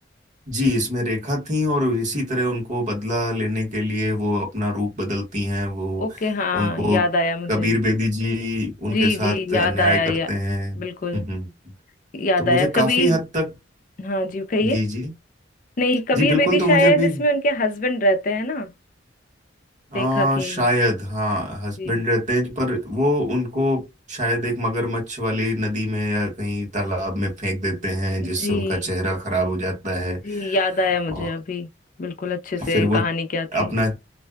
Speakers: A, on the right; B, on the left.
A: जी इसमें रेखा थी और इसी तरह उनको बदला लेने के लिए वो अपना रूप बदलती हैं वो
B: ओके हाँ
A: उनको
B: याद आया मुझे
A: कबीर बेदी जी उनके
B: जी
A: साथ
B: जी याद
A: अन्याय
B: आया
A: करते
B: या
A: हैं हम्म
B: बिल्कुल
A: हम्म।
B: याद
A: तो मुझे
B: आया
A: काफी
B: कबीर
A: हद तक
B: हाँ जी कहिए
A: जी जी
B: नहीं कबीर
A: जी बिल्कुल
B: बेदी
A: तो मुझे
B: शायद
A: अभी
B: इसमें उनके हस्बैंड रहते हैं ना
A: आ,
B: रेखा के
A: शायद हाँ हस्बैंड
B: जी
A: रहते हैं पर वो उनको शायद एक मगरमच्छ वाली नदी में या कहीं तालाब में फेंक देते हैं जिससे
B: जी
A: उनका चेहरा खराब हो जाता है
B: जी याद आया मुझे
A: और
B: अभी बिल्कुल अच्छे से
A: फिर वो
B: कहानी क्या थी
A: अपना